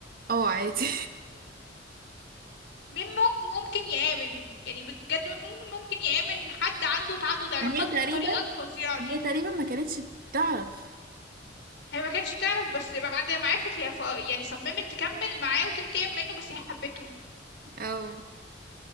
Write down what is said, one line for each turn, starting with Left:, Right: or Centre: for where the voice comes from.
Right: اه عادي
Left: مين ممكن ممكن يآمن يعني بجد مين ممكن يآمن حد عنده تعدد
Right: <laughs>
Left: علاقات
Right: هي
Left: بالطريقة
Right: تقريبا
Left: الفظيعة دي
Right: هي تقريبا ما كانتش تعرف
Left: هي ما كانتش تعرف بس بعد ما عرفت هي ف... يعني صممت تكمل معاه وتنتقم منه بس هي حبته
Right: اه